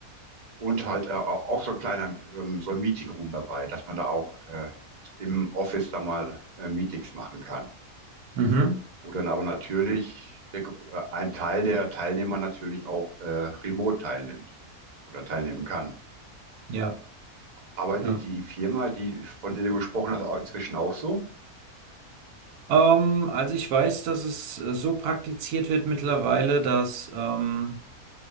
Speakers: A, on the right (about 35°); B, on the right (about 85°).
A: und halt äh, auch so ein kleiner, ähm, so ein Meeting Room dabei, dass man da auch äh, im Office da mal äh, Meetings machen kann.
B: Mhm.
A: Wo dann aber natürlich der, Gro- äh, ein Teil der Teilnehmer natürlich auch äh, remote teilnimmt oder teilnehmen kann.
B: Ja,
A: Arbeitet
B: ja.
A: die Firma, die, von der du gesprochen hast, auch inzwischen auch so?
B: Ähm, also ich weiß, dass es äh, so praktiziert wird mittlerweile, dass ähm,